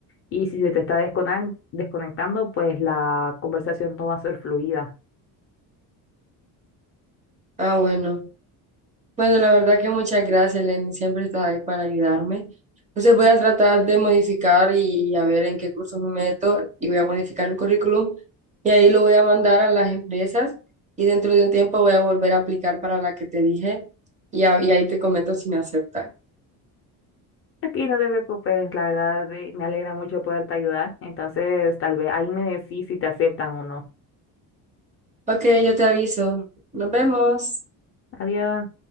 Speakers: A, on the left; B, on the right.
A: y si se te está desconan- desconectando, pues la conversación no va a ser fluida.
B: Ah, bueno. Bueno, la verdad que muchas gracias, Lenny. Siempre estás ahí para ayudarme. Entonces voy a tratar de modificar y y a ver en qué cursos me meto y voy a modificar el currículum y ahí lo voy a mandar a las empresas y dentro de un tiempo voy a volver a aplicar para la que te dije y, a- y ahí te comento si me aceptan.
A: Aquí no te preocupes, la verdad eh, me alegra mucho poderte ayudar. Entonces, tal vez ahí me decís si te aceptan o no.
B: Ok, yo te aviso. Nos vemos.
A: Adiós.